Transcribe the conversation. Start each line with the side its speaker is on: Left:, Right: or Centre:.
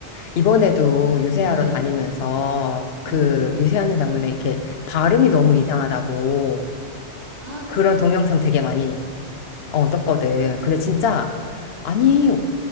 Left: 이번에도 유세하러
Right: 응
Left: 다니면서 그
Right: 응
Left: 유세하는 장면에 이렇게 발음이 너무 이상하다고
Right: 아,
Left: 그런
Right: 그래?
Left: 동영상 되게 많이, 어, 떴거든.
Right: 어,
Left: 근데 진짜, 아니,